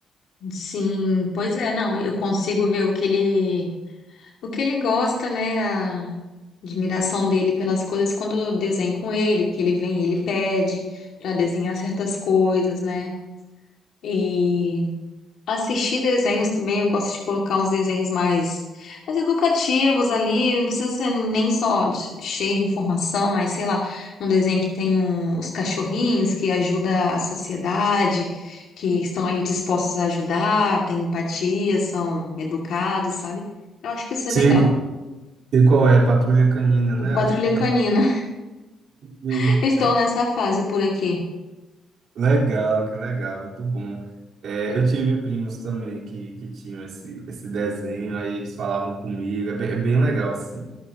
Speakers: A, on the left; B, on the right.
A: Sim, pois é, não, eu consigo ver o que ele O que ele gosta, né? A admiração dele pelas coisas quando eu desenho com ele, porque ele vem e ele pede para desenhar certas coisas, né? E assistir desenhos também, eu gosto de colocar uns desenhos mais, mais educativos ali, não precisa ser nem só de- cheio de informação, mas sei lá, um desenho que tem um- os cachorrinhos que ajuda a sociedade, que estão ali dispostos a ajudar, têm empatia, são educados, sabe? Eu acho que isso
B: Sei,
A: é legal.
B: sei qual é, Patrulha Canina, né?
A: O
B: Acho
A: Patrulha
B: que você tá
A: Canina.
B: falando. Sim.
A: <laughs> Estou nessa fase por aqui.
B: Legal, que legal, muito bom. É, eu tive primos também que, que tinham esse, esse desenho, aí eles falavam comigo, é bem, é bem legal, assim.